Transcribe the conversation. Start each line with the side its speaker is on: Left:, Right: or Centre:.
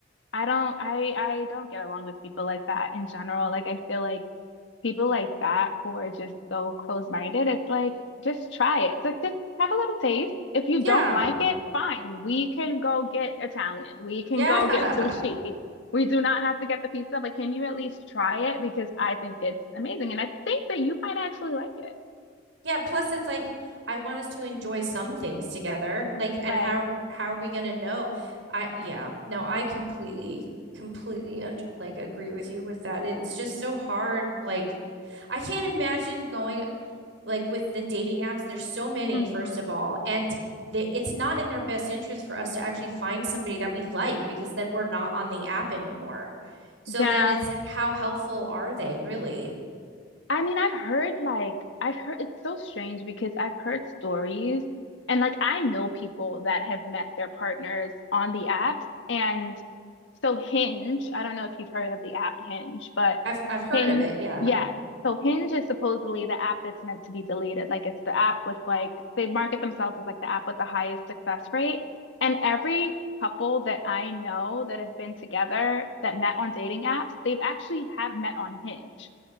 Left: I don't I I don't get along with people like that in general. Like I feel like people like that who are just so close-minded, it's like just try it. It's like just have a little taste. If you
Right: Yeah.
Left: don't like it, fine. We can go get Italian. We can
Right: Yeah.
Left: go get sushi.
Right: <laughs>
Left: We do not have to get the pizza, but can you at least try it? Because I think it's amazing. And I think that you might actually like it.
Right: Yeah, plus it's like I want us to enjoy some things together. Like,
Left: Right.
Right: and how how are we gonna know? I yeah, no, I completely completely un like agree with you with that. It's just so hard. Like, I can't imagine going like with the dating apps. There's so many,
Left: Mm-hmm.
Right: first of all, and the, it's not in their best interest for us to actually find somebody that we like because then we're not on the app anymore. So
Left: Yeah.
Right: then it's like, how helpful are they really?
Left: I mean, I've heard like I've heard it's so strange because I've heard stories and like I know people that have met their partners on the apps and so Hinge, I don't know if you've heard of the app Hinge, but
Right: I've I've heard
Left: Hinge,
Right: of it. Yeah.
Left: yeah. So Hinge is supposedly the app that's meant to be deleted. Like it's the app with like they market themselves as like the app with the highest success rate. And every couple that I know that have been together that met on dating apps, they've actually have met on Hinge.